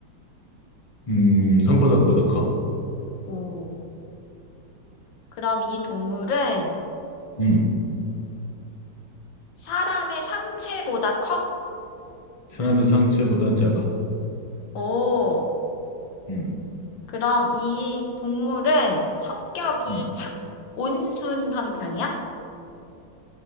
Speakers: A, on the left (about 25°); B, on the left (about 80°).
A: 음, 손바닥보다 커.
B: 오, 그럼 이 동물은
A: 음,
B: 사람의 상체보다 커?
A: 사람의 상체보단 작아.
B: 오,
A: 음,
B: 그럼 이 동물은 성격이
A: 음.
B: 착, 온순한 편이야?